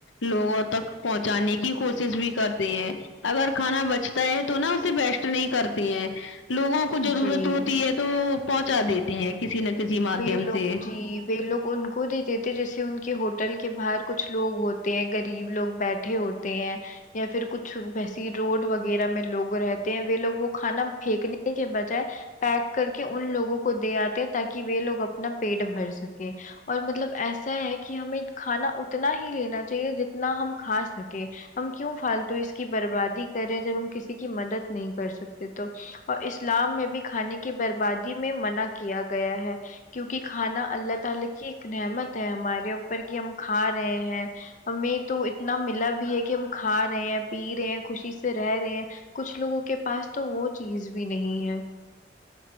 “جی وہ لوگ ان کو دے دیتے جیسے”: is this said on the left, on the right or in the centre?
Left